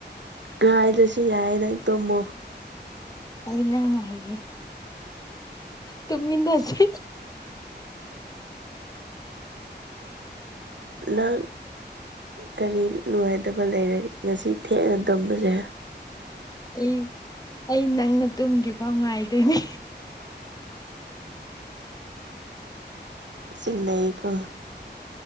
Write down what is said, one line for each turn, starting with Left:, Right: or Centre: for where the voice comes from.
Right: ꯉꯥꯏꯗ꯭ꯔꯁꯨ ꯌꯥꯏ ꯅꯪ ꯇꯣꯝꯃꯣ
Left: ꯑꯩ ꯅꯪ ꯉꯥꯏꯒꯦ ꯇꯨꯃꯤꯟꯅꯖꯦ
Right: ꯅꯪ ꯀꯔꯤ ꯅꯨꯡꯉꯥꯏꯇꯕ ꯂꯩꯔꯒꯦ ꯉꯁꯤ ꯊꯦꯡꯅ ꯇꯨꯕꯝꯁꯦ
Left: ꯑꯩ ꯑꯩ ꯅꯪꯅ ꯇꯨꯝꯗ꯭ꯔꯤꯐꯥꯎ ꯉꯥꯏꯗꯣꯏꯅꯦ
Right: ꯆꯤꯡꯅꯩꯀꯣ